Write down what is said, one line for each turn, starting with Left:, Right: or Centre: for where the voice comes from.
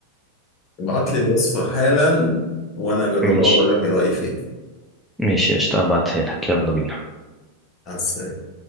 Left: ابعت لي الوصفه حالا وانا اجربها
Centre: ماشي
Left: واقول لك ايه رايي فيها
Centre: ماشي قشطة ابعتها لك يلا بينا
Left: على السلامه